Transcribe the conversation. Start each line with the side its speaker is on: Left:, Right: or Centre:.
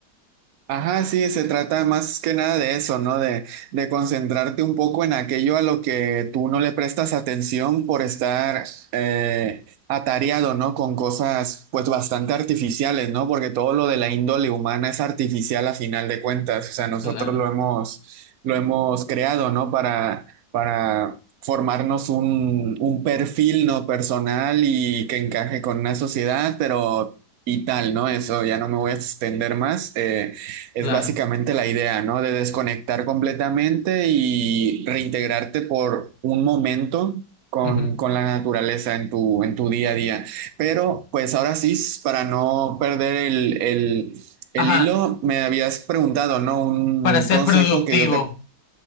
Right: Ajá, sí, se trata más que nada de eso, ¿no? De, de concentrarte un poco en aquello a lo que tú no le prestas atención por estar eh, atareado, ¿no? Con cosas pues bastante artificiales, ¿no? Porque todo lo de la índole humana es artificial a final de cuentas, o sea, nosotros
Left: Claro,
Right: lo hemos, lo hemos creado, ¿no? Para, para formarnos un, un perfil, ¿no? Personal y que encaje con una sociedad, pero... Y tal, ¿no? Eso ya no me voy a extender más. eh, es
Left: claro.
Right: básicamente la idea, ¿no? De desconectar completamente y reintegrarte por un momento con,
Left: Ujú.
Right: con la naturaleza en tu, en tu día a día. Pero pues ahora sí, para no perder el, el, el
Left: Ajá,
Right: hilo, me habías preguntado, ¿no? Un
Left: para ser
Right: consejo
Left: productivo.
Right: que yo te